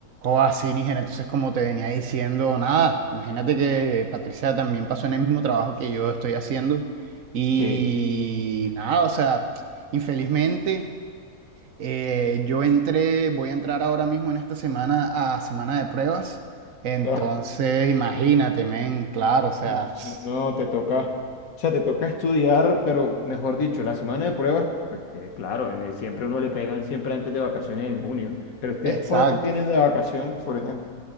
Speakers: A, on the right (about 65°); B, on the left (about 65°).
A: O así, Níger. Entonces, como te venía diciendo, nada, imagínate que Patricia también pasó en el mismo trabajo que yo estoy haciendo. Y
B: Sí.
A: nada, o sea, infelizmente, eh, yo entré, voy a entrar ahora mismo en esta semana a semana de pruebas. Entonces,
B: Ah,
A: imagínate, men, claro, o sea,
B: no,
A: <sniffs>
B: no, te toca, o sea, te toca estudiar, pero mejor dicho, la semana de pruebas, pues, que, claro, en el- siempre uno le pegan siempre antes de vacaciones en junio. Pero ustedes,
A: exacto,
B: ¿cuánto tienen de vacaciones, por ejemplo?